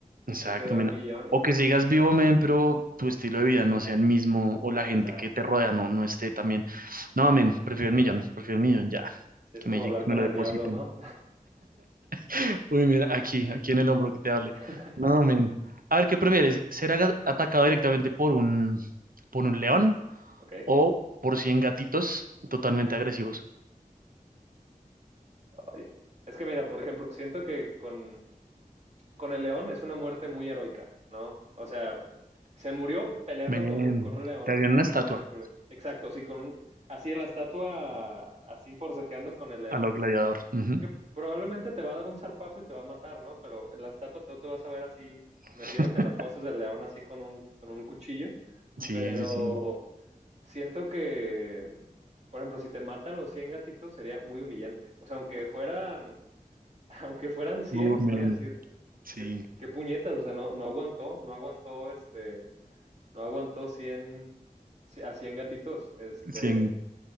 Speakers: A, on the right (about 75°); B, on the right (about 50°).
A: Exacto,
B: ahí quedó el
A: men.
B: millón
A: O
B: y
A: que sigas vivo, men, pero tu estilo de vida no sea el mismo o la
B: exacto.
A: gente que te rodea no, no esté también. No, men, prefiero el millón, prefiero el millón,
B: Sí,
A: ya.
B: sí, es
A: Que
B: como
A: me, llegue-
B: hablar
A: que
B: con
A: me lo
B: el
A: depositen.
B: diablo, ¿no?
A: <laughs> Uy, mira, aquí, aquí en el hombro que te hable.
B: <laughs>
A: No, men. A ver, ¿qué prefieres? ¿Ser aga- atacado directamente por un, por un león
B: Ok.
A: o por cien gatitos totalmente agresivos?
B: Oye. Es que mira, por ejemplo, siento que con con el león es una muerte muy heroica, ¿no? O sea, se murió peleando
A: Men,
B: con, con un león,
A: te harían una
B: como
A: estatua
B: Hércules. Exacto, sí, con un, así en la estatua, así forcejeando con el león,
A: a lo gladiador. Ujú.
B: que probablemente te va a dar un zarpazo y te va a matar, ¿no? Pero en la estatua tú te vas a ver así
A: <laughs>
B: metiéndote en las fauces del león así con un, con un cuchillo,
A: Sí,
B: pero
A: sí, sí.
B: siento que, por ejemplo, si te matan los 100 gatitos sería muy humillante. O sea, aunque fueran <laughs> aunque fueran cien,
A: Uh, men,
B: van a decir,
A: sí.
B: qué, qué puñetas, o sea, no, no aguantó, no aguantó, este, no aguantó 100, a 100 gatitos, este,
A: 100,